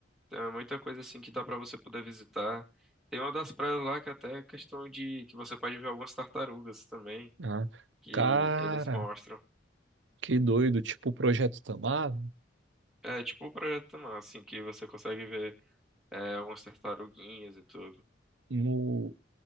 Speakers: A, in the centre; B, on the right.
A: tem muita coisa, assim, que dá pra você poder visitar. Tem uma das praias lá que até é questão de que você pode ver algumas tartarugas também,
B: ah.
A: que
B: Cara,
A: eles mostram.
B: que doido. Tipo, o Projeto Tamar,
A: É, tipo, um projeto, mano, assim, que você consegue ver é, algumas tartaruguinhas e tudo.
B: no,